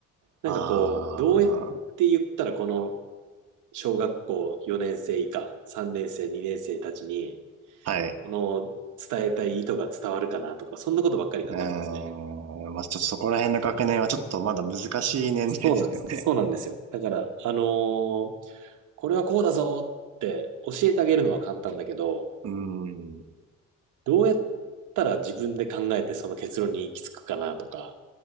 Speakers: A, on the right; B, on the right.
A: なんかこう、
B: ああ、
A: どうやって言ったらこの小学校4年生以下、3年生、2年生たちに、
B: はい。
A: この伝えたい意図が伝わるかなとか、そんなことばっかり考えてますね。
B: うーん。まあ、ちょっとそこら辺の学年はちょっとまだ難しい年代ですよね。
A: そうなんです。そうなんですよ。だから、あのーこれはこうだぞって教えてあげるのは簡単だけど、
B: うん。う
A: どうやったら自分で考えてその結論に行き着くかなとか、